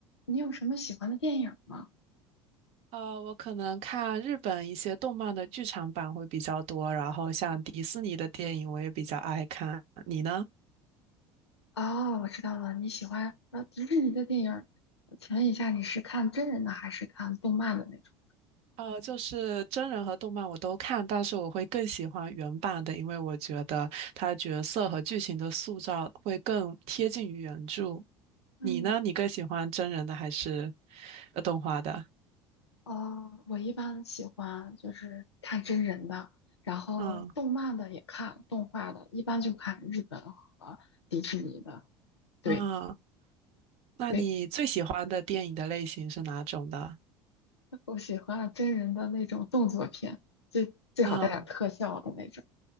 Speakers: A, on the left (about 75°); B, on the right (about 50°).
A: 你有什么喜欢的电影吗？
B: 呃，我可能看日本一些动漫的剧场版会比较多，然后像迪士尼的电影我也比较爱看。你呢？
A: 哦，我知道了，你喜欢呃迪士尼的电影。请问一下，你是看真人的还是看动漫的那种？
B: 呃，就是真人和动漫我都看，但是我会更喜欢原版的，因为我觉得它角色和剧情的塑造会更贴近于原著。
A: 嗯，
B: 你呢？你更喜欢真人的还是呃动画的？
A: 哦，我一般喜欢就是看真人的，然后动漫的也看，
B: 嗯
A: 动画的一般就看日本和迪士尼的。对
B: 嗯，那你最喜欢的电影的类型是哪种的？
A: 对，我喜欢真人的那种动作片，最最好带点特效的那种。
B: 嗯。